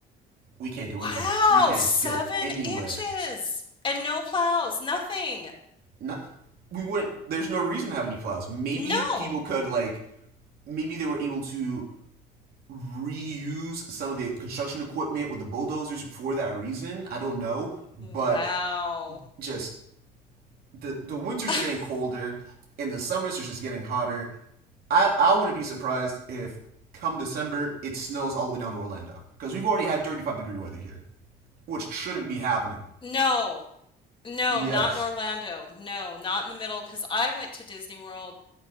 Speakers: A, on the right; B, on the left.
A: we can't do
B: Wow,
A: anything. We can't
B: seven
A: go anywhere."
B: inches and no plows, nothing.
A: Not, we wouldn't. There's no reason to have any plows. Maybe
B: No.
A: people could like, maybe they were able to reuse some of the construction equipment with the bulldozers for that reason. I don't know, but
B: Wow.
A: just the the winters
B: <laughs>
A: are getting colder and the summers are just getting hotter. I I wouldn't be surprised if come December it snows all the way down to Orlando because we've already had 35 degree weather here, which shouldn't be happening.
B: No. No,
A: Yes,
B: not in Orlando. No, not in the middle, because I went to Disney World.